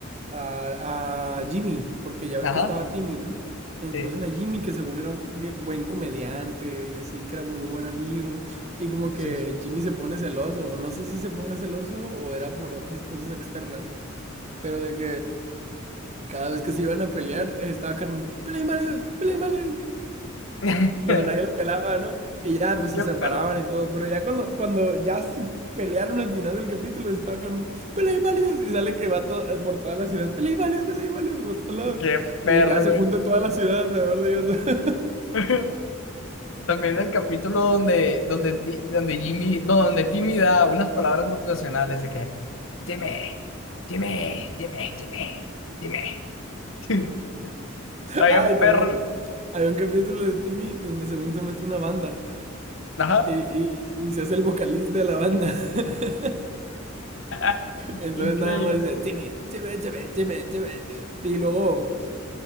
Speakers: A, on the right; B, on the left.
A: a, a Jimmy, porque ya ves
B: Ajá.
A: que estaba Timmy, ¿no? Introducen
B: Sí,
A: a Jimmy, que según era un que- buen comediante y así, que era muy buen amigo. Y como que
B: sí.
A: Jimmy se pone celoso, o no sé si se ponga celoso o era por otras cosas externas, pero de que cada vez que se iban a pelear, eh, estaba Carmen, peleen varios, peleen varios.
B: <laughs>
A: Pero nadie los pelaba, ¿no? Y ya, pues
B: Qué
A: se separaban
B: perro,
A: y todo. Pero ya cuando, cuando ya se pelearon al final del capítulo, estaba Carmen, peleen varios. Y sale que va to- eh, por toda la ciudad, peleen varios, peleen varios, por todos lados.
B: qué perro,
A: Y ya se
B: güey.
A: junta toda la ciudad alrededor de ellos. <laughs>
B: <laughs> También el capítulo donde, donde, Ti- donde Jimmy, no, donde Timmy da unas palabras motivacionales de que, dime, dime, dime, dime, dime. <laughs> Está bien,
A: Ah, y
B: perro.
A: también
B: güey.
A: hay un capítulo de Timmy donde según se mete una banda.
B: Ajá.
A: Y, y- y se hace el vocalista de la banda. <laughs>
B: <laughs>
A: Entonces
B: Increíble.
A: nada más dice, Timmy, Timmy, Timmy, Timmy, Timmy. Y luego